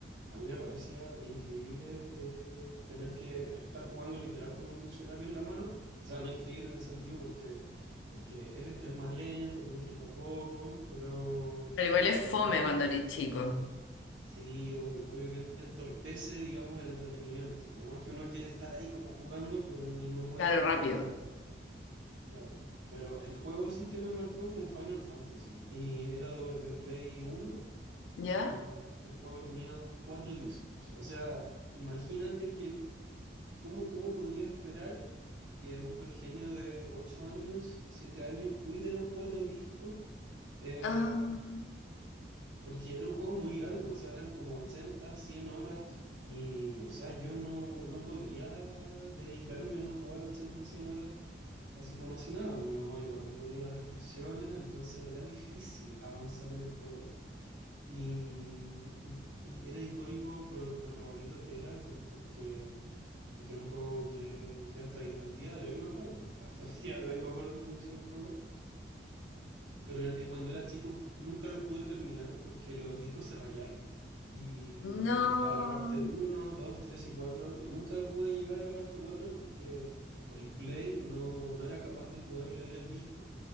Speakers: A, on the right; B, on the left.
A: a mí me parecía increíble eh, tener que estar jugando literal con un diccionario en la mano. O sea, no increíble en el sentido porque, porque es, es más lento, tienes que ir de a poco, pero,
B: Pero igual es
A: pero al
B: fome
A: final,
B: cuando eres chico.
A: sí, obvio, obvio que ent- entorpece, digamos, el entretenimiento. Digamos que uno quiere estar ahí como jugando, pero no y no puede
B: Claro,
A: porque
B: rápido.
A: va Claro, pero el juego sí que me marcó fue un Final Fantasy y era de, de Play Uno
B: ¿Ya?
A: y el juego tenía cuatro discos. O sea, imagínate que, ¿cómo, cómo podría esperar que un pergenio de 8 años, 7 años, cuide los cuatro discos? Eh,
B: Ah,
A: porque era un juego muy largo, o sea, eran como 80 100 horas y, o sea, yo no, no podía dedicarme a jugar 80 100 horas así como si nada. Mi mamá igual me ponía restricciones, entonces era difícil avanzar en el juego. Y, y- y era icónico por, por lo bonito que era, por- porque, porque era un juego que, que hasta el- al día de hoy me acuerdo. Hasta el día de hoy me acuerdo mucho del juego. Pero en- eh, cuando era chico nunca lo pude terminar porque los discos se rayaron. Y
B: no.
A: estaba la parte uno 2 3 y 4 y nunca pude llegar a la parte 4 porque el Play no, no era capaz de poder leer el disco.